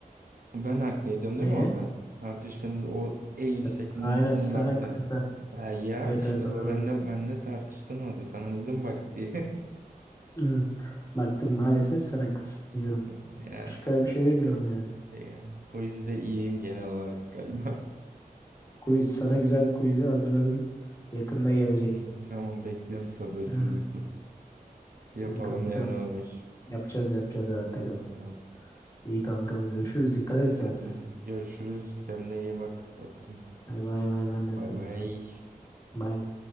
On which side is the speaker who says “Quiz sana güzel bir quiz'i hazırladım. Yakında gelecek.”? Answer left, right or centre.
Left